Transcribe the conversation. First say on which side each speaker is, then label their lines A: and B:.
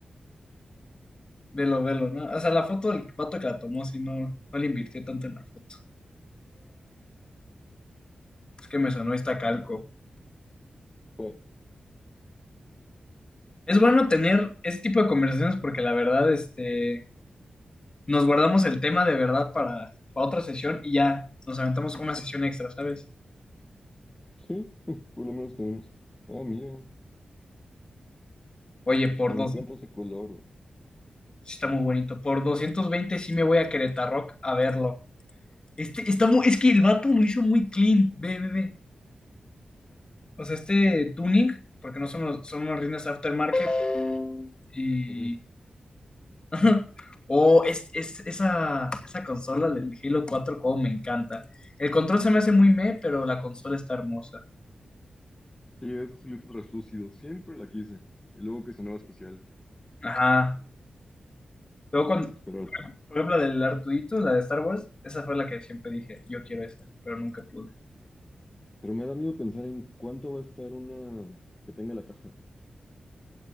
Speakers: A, on the left (about 35°); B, on the left (about 20°).
A: Velo, velo, ¿no? O sea, la foto del vato que la tomó, sí, no, no le invirtió tanto en la foto. Es que me sonó Iztacalco.
B: Sí,
A: Es bueno tener ese tipo de conversaciones porque la verdad, este, nos guardamos el tema de verdad para, para otra sesión y ya nos aventamos una sesión extra, ¿sabes?
B: sí, <laughs> por lo menos tenemos. Ah, mira,
A: Oye, por
B: me
A: dos
B: encanta ese color. güey.
A: Sí, Está muy bonito. Por 220 sí me voy a Querétaro a verlo. Este, está muy, es que el vato lo hizo muy clean. Ve, ve, ve. O sea, este tuning, porque no son, los- son unas rines aftermarket. Y.
B: Ajá.
A: <laughs> O es, es- esa, esa consola del Halo cuatro como me encanta. El control se me hace muy meh, pero la consola está hermosa.
B: Y ese silito translúcido, siempre la quise. Y luego que sonaba especial.
A: Ajá. Luego, cuando,
B: Pero,
A: por ejemplo, la del Artudito, la de Star Wars, esa fue la que siempre dije, yo quiero esa, pero nunca pude.
B: pero me da miedo pensar en cuánto va a estar una que tenga la caja.